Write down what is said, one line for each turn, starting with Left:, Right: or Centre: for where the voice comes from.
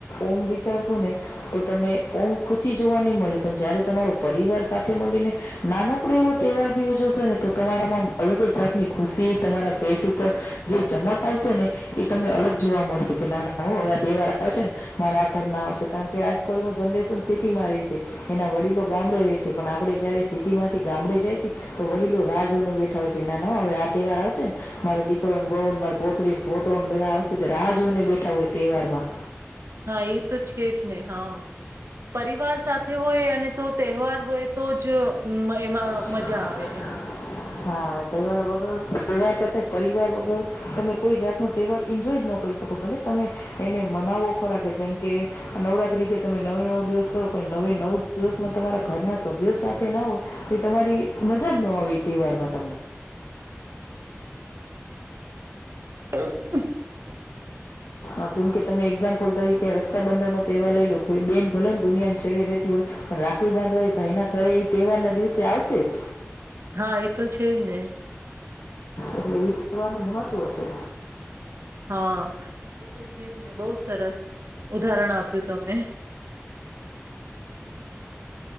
Left: ઓમ વિચારશો ને તો તમને ઓમ ખુશી જોવા ની મલે. પણ જયારે તમારો પરિવાર સાથે મલીને નાનકડો એવો તહેવાર ભી ઉજવશે ને તો તમારામાં આમ અલગ જ જાતની ખુશી તમારા ફેસ ઉપર જે ચમક આવશે ને એ તમને અલગ જોવા મળશે કે નાના હવે હો આ તહેવાર આવે છે ને મારા આ ઘરના આવશે કારણ કે આજકાલનું જનરેશન સીટીમાં રે છે. એના વડીલો ગામડે રે છે. પણ આપડે જયારે સિટીમાંથી ગામડે જાય છી તો વડીલો રાહ જોઈને બેઠા હોય છે. ના ના હવે હો આ તહેવાર આવશે ને મારો દીકરોને વહુને મારી પોત્રીને પોત્રો બધા આવશેને તે રાહ જોઈને બેઠા હોય તહેવારમાં.
Right: હા એ તો છે જ નને હા પરિવાર સાથ હોય અને તો તહેવાર હોય તોજ જો મહિમા
Left: એમાં
Right: મજા આવે એમ
Left: આવે. હા તહેવાર વગર તર કરતા પરિવાર વગર તમે કોઈ જાત ન તહેવાર એન્જોય જ ન કરી શકો ભલે તમે એને મનાવો ખોરા કે જેમ કે નવરાત્રી છે તમે નવે નવ દિવસ કરો પણ નવે નવ દિવસમાં તમારા ઘરના સભ્ય સાથે ના હોય એ તમારી મજા જ ન આવી. તેવારમાં ત
Right: <unintelligible>
Left: હ જેમ કે તમે એક્ઝામ્પલ તરીકે રક્ષાબંધન નો તહેવાર લઈ લો બેન ભલે ને દુનિયાને છેડે રેતી હોય પણ રાખડી બાંધવાય ભાઈ ના ઘરે એ તહેવાર ના દિવસે આવશેજ.
Right: હા એ તો છે જ ને
Left: એટલે એ તહેવારનું મહ તું હશે.
Right: હા, એ તો છે ને બહુ સરસ ઉદાહરણ આપ્યું તમે.